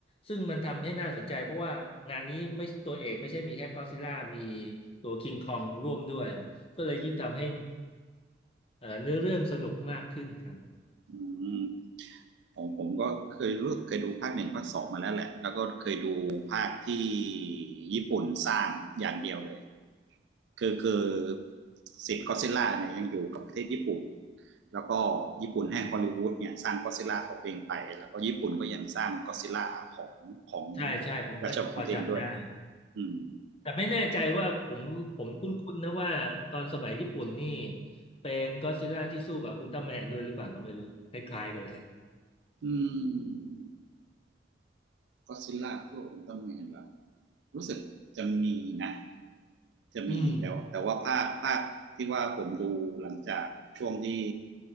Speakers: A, on the left; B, on the right.
A: ซึ่งมันทำให้น่าสนใจเพราะว่างานนี้ไม่ตัวเอกไม่ใช่มีแค่ก็อดซิลล่ามีตัวคิงคองร่วมด้วยก็เลยยิ่งทำให้เอ่อเนื้อเรื่องสนุกมากขึ้นครับ
B: อืม ผมผมก็เคยรู้เคยดูภาคหนึ่งภาคสองมาแล้วแหละแล้วก็เคยดูภาคที่ญี่ปุ่นสร้างอย่างเดียวเลยคือคือสิทธิ์ก็อดซิลล่าเนี่ยยังอยู่กับประเทศญี่ปุ่นแล้วก็ญี่ปุ่นให้ฮอลลีวูดเนี่ยสร้างก็อดซิลล่าของตัวเองไปแล้วก็ญี่ปุ่นก็ยังสร้างก็อดซิลล่าของของ
A: ใช่ใช่ผมก็พอจำได้
B: รัชบัลของตัวเองด้วยอืม
A: แต่ไม่แน่ใจว่าผมผมคุ้นๆนะว่าตอนสมัยญี่ปุ่นนี่เป็นก็อดซิลล่าที่สู้กับอุลตร้าแมนด้วยหรือเปล่าก็ไม่รู้คล้ายๆกันเลย
B: อืมก็อดซิลล่าพวกอุลตร้าแมนล่ะรู้สึกจะมีนะ จะมีแต่ว่าแต่ว่าภาคภาคที่ว่าผมดูหลังจากช่วงที่
A: อืม